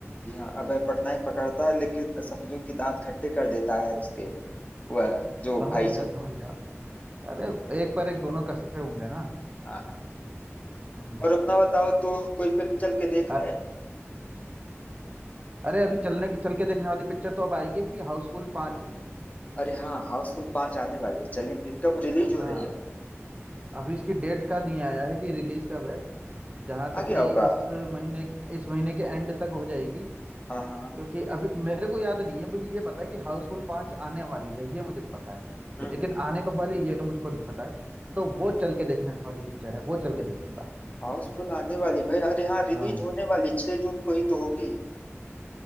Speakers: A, on the left; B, on the right.
A: जी हाँ अभय पटनायक पकड़ता है लेकिन समझो कि दांत खट्टे कर देता है उसके वह जो
B: समझ
A: भाई
B: गया
A: जी
B: समझ गया अरे एक पर एक दोनों कसे होंगे ना
A: हाँ हाँ
B: हम्म
A: और अपना बताओ तो कोई फिल्म चल के देख
B: अर,
A: लें
B: अरे अभी चलने की चल के देखने वाली पिक्चर तो अब आएगी भी हाउसफुल पांच
A: अरे हाँ हाउसफुल पांच आने वाली है चलेंगे कब रिलीज हो
B: हाँ
A: रही है
B: अभी इसकी डेट का नहीं आया है कि रिलीज कब है जहां तक
A: भाई? आ गया
B: कि
A: होगा
B: इस महीने इस महीने के एंड तक हो जाएगी
A: हाँ हाँ
B: क्योंकि अभी मेरे को याद नहीं है मुझे ये पता है कि हाउसफुल पांच आने वाली है ये मुझे पता है
A: हम्म
B: लेकिन
A: हम्म
B: आने कब वाली है, ये मुझको नहीं पता है तो वो चल के देखने वाली पिक्चर है वो चल के देखूंगा
A: हाउसफुल आने वाली भाई अरे हाँ रिलीज
B: हाँ
A: होने वाली छह जून को ही तो होगी